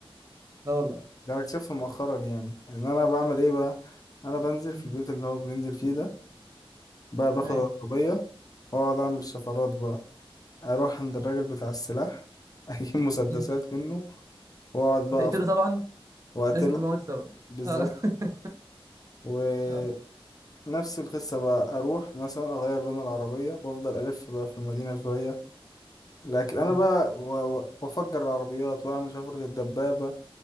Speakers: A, on the right; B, on the left.
A: لا والله
B: ده انا اكتشفت مؤخرا يعني ان انا بعمل ايه بقى انا بنزل
A: مم.
B: في البيت اللي هو بننزل فيه ده بقى باخد
A: ايوه
B: العربيه واقعد اعمل الشفرات بقى اروح عند الراجل بتاع السلاح <laughs> اجيب مسدسات
A: مم.
B: منه واقعد بقى
A: وتقتله
B: أف-
A: طبعا
B: واقتله
A: لازم تموته طبعا
B: بالظبط
A: اه <laughs>
B: ونفس
A: اه
B: القصة بقى اروح مثلا اغير لون العربية وافضل الف بقى في المدينة شوية لكن
A: مم.
B: انا بقى و- و- وافجر العربيات واعمل شفرة الدبابة